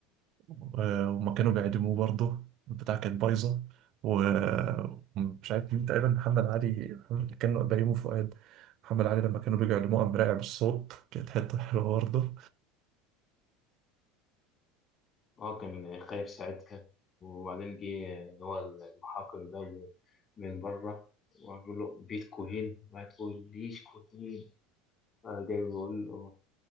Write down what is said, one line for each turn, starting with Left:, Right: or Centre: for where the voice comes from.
Right: و... وما كانوا بيعدموه برضه البتاع كانت بايظة و- ومش عارف مين تقريبا محمد علي محمد كانوا بيومي فؤاد محمد علي لما كانوا بيجوا يعلموه قام راجع بالصوت كانت حتة حلوة برضه
Left: هو كان خايف ساعتها وبعدين جه اللي هو المحقق ده من بره وعمل له بيتكو هين ما تقوليش كوتين فجاي بيقول له